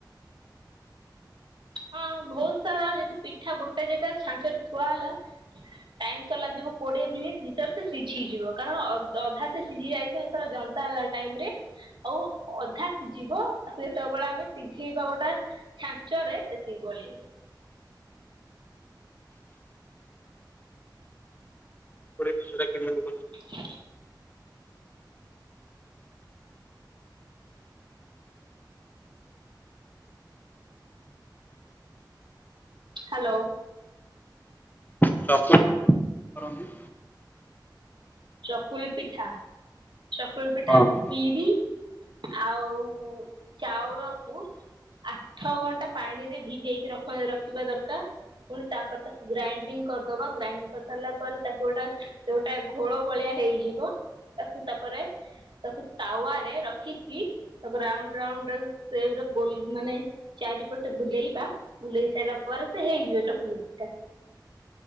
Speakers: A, on the right; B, on the left.
A: ହଁ, ବହୁତ୍ ସାରା ଯଦି ପିଠା ଗୋଟେ ଜେଗା ଛାଞ୍ଚରେ ଥୁଆ ହେଲା ଟାଇମ୍ ତ ଲାଗିବ କୋଡିଏ ମିନିଟ୍ ଭିତରେ ସେ ସିଝିଯିବ। କାରଣ ଅଧ୍-ଅଧା ସେ ସିଝି ଯାଇଥି ଯେତେଳେ ଯନ୍ତ ନ୍ତା ହେଲା ଟାଇମ୍ ରେ ଆଉ ଅଧା ସିଝିବ। ତାକୁ ଯେତେବେଳେ ଆମେ ସିଝେଇବା ଗୋଟା ଛାଞ୍ଚରେ ସେତିକି ବଳିବ।
B: <unintelligible> କିଣଲୁ।
A: ହ ହ୍ୟାଲୋ।
B: <unintelligible> କରନ୍ତି।
A: ଚକୁଳି ପିଠା! ଚକୁଳି ପିଠା
B: ହଁ
A: ବିରି ଆଉ-ଉ ଚାଉଳକୁ ଆଠ ଘଣ୍ଟା ପାଣି ରେ ଭିଜେଇକି ରଖଁ ରଖିବା ଦରକାର। ପୁଣି ତାପରେ ତାକୁ ଗ୍ରାଇଣ୍ଡିଙ୍ଗ୍ କରିଦବା। ଗ୍ରାଇଂଡ୍ କରି ସାରିଲା ପରେ, ତାକୁ ଗୋଟା ସେ ଗୋଟେ ଘୋଳ ଭଳିଆ ହେଇଯିବ। ତାକୁ ତା'ପରେ ତାକୁ ତାୱାରେ ରଖିକି ତାକୁ ରାଉଣ୍ଡ ରାଉଣ୍ଡ ର ସେଭ୍ ରେ ଗୋଲ୍ ମାନେ ଚାରିପଟେ ବୁଲେଇବା। ବୁଲେଇ ସାଇଲା ପରେ ସେ ହେଇଯିବ ଚକୁଳି ପିଠା।